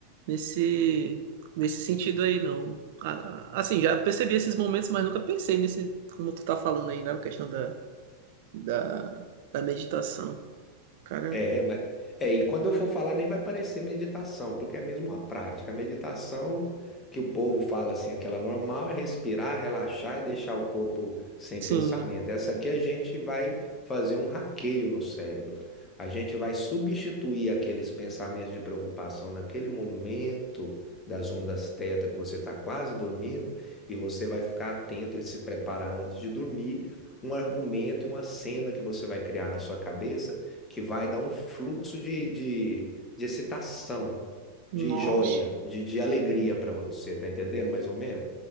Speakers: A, on the right; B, on the left.
A: nesse, nesse sentido aí, não. A- a- Assim, já percebi esses momentos, mas nunca pensei nesse, como tu tá falando aí, na questão da, da, da meditação. Cara,
B: É, mas é, e quando eu for falar nem vai parecer meditação, porque é mesmo uma prática. A meditação que o povo fala assim, aquela normal, é respirar, relaxar e deixar o corpo sem
A: sim,
B: pensamento. Essa aqui a gente vai fazer um hackeio no cérebro. A gente vai substituir aqueles pensamentos de preocupação naquele momento das ondas teta que você está quase dormindo e você vai ficar atento e se preparar antes de dormir. Um argumento e uma cena que você vai criar na sua cabeça que vai dar um fluxo de, de, de excitação,
A: nossa.
B: de joia, de, de alegria para você, tá entendendo mais ou menos?